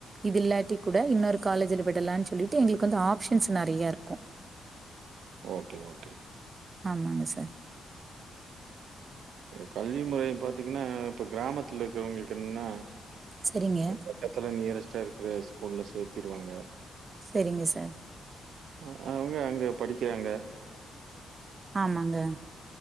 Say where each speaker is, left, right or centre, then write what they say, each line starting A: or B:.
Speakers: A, on the right; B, on the right.
A: இது இல்லாட்டி கூட இன்னொரு காலேஜ்ல விடலான்னு சொல்லிட்டு எங்களுக்கு வந்து ஆப்ஷன்ஸ் நறையா இருக்கும்
B: ஓகே ஓகே
A: ஆமாங்க சார்
B: அ கல்வி முறை பாத்தீங்கன்னா இப்போ கிராமத்துல இருக்கிறவங்களுக்கு ன்னா
A: சரிங்க
B: பக்கத்துல நியரஸ்ட் ல இருக்கற ஸ்கூல்ல சேர்த்திருவாங்க
A: செரிங்க சார்
B: அ அவங்க அங்க படிக்கிறாங்க
A: ஆமாங்க